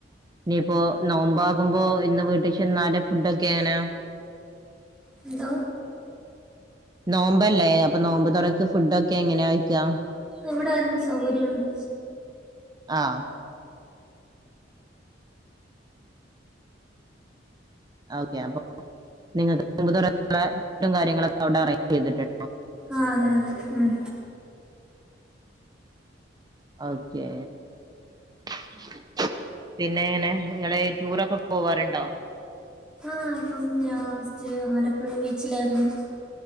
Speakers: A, on the right (about 20°); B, in the centre.
A: ഇനിയിപ്പോ നോമ്പ് ആകുമ്പോ ഇന്ന് വീട്ടിൽ ചെന്നാലും ഫുഡ്‌ ഒക്കെ എങ്ങനെയാ
B: ഹലോ
A: നോമ്പല്ലേ അപ്പൊ നോമ്പുതുറക്ക് ഫുഡൊക്കെ എങ്ങനെയഴ്ക്കാ-
B: ഇവിടെ അതിനെ സൗകര്യണ്ട്
A: ആഹ് ഓക്കെ അപ്പ നിങ്ങക്ക് ഇമ്പ് തുറ ഫുഡും കാര്യങ്ങളൊക്കെ അവിടെ അറേഞ്ച് ചെയ്തിട്ടുണ്ട്
B: ആഹ് അതെ അതെ ഉം
A: ഓക്കെ <unintelligible> പിന്നെ ഇങ്ങനെ നിങ്ങളെ ടൂറൊക്കെ പോവാറുണ്ടോ
B: ആഹ് അപ്പം ലാസ്റ്റ് ആലപ്പുഴ ബീച്ചിലായിരുന്നു